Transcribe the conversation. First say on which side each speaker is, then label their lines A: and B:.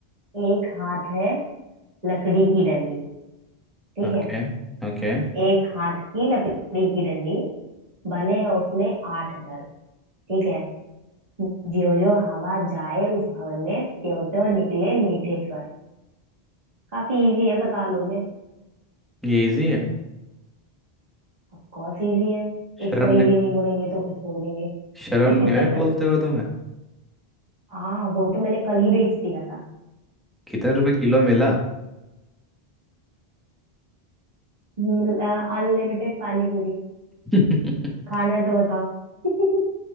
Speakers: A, on the right; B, in the centre.
A: एक हाथ है लकड़ी की डंडी ठीक
B: ओके
A: है
B: ओके
A: एक हाथ की लकड़ी की डंडी बने हैं उसमें आठ घर ठीक है ज्यो ज्यो हवा जाए उस भवन में त्यों त्यों निकले मीठे स्वर काफी इजी है बता लोगे
B: ये इजी है
A: ऑफ कोर्स इजी है
B: शर्म
A: इसको इजी
B: ने
A: नहीं बोलेंगे तो किसको
B: शर्म
A: बोलेंगे
B: नहीं आई बोलते
A: <laughs>
B: हुए तुम्हें
A: हाँ वो तो मैंने कल ही बेच दिया था
B: कितने रुपए किलो मिला
A: अनलिमिटेड पानी पूरी
B: <laughs>
A: खाना है तो बताओ <laughs>